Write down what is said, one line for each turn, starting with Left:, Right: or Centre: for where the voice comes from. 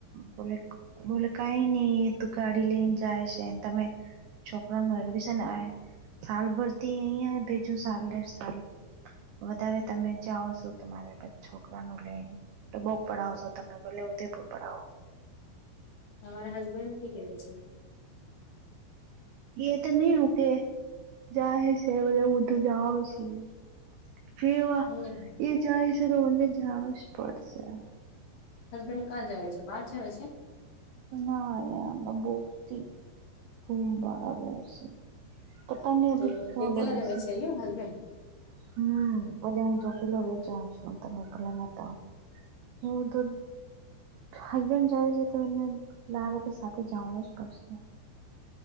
Right: બોલે બોલે કાંઈ નઈ તું ગાડી લઈને જાય છે તમે. છોકરાનું એડમિશન આવે સાલ ભરતી અહી આવે બીજું સાલ દે સાલ. વધારે તમે જાઓ છો તમારે છોકરા નું લઈન. ડબોગ પડાવશો તમે ભલે ઉદેપુર પડાવો.
Left: તમારા હસબેન્ડનું કઈ કેવા છે.
Right: એ તો નહી રૂકે. જાહે છે બધા હું તો જાઉ છું. ફેવા
Left: હમ
Right: એ જાય છે તો મને જાણવું જ પડશે.
Left: હસબેંડ કા જાવે છે બાર જાવે છે.
Right: ના ના બકતી રૂમ ભાડા ભરશે પોતાની અભી
Left: તો
Right: ક્યા
Left: એકલા
Right: બોલો છે.
Left: <unintelligible>
Right: હમ ભલે હું તોકેલો જાઉં છું તમે ભલે મતાવ. હું તો હસબેંડ જાય છે તો માંરે રો સાથે જવું જ પડશે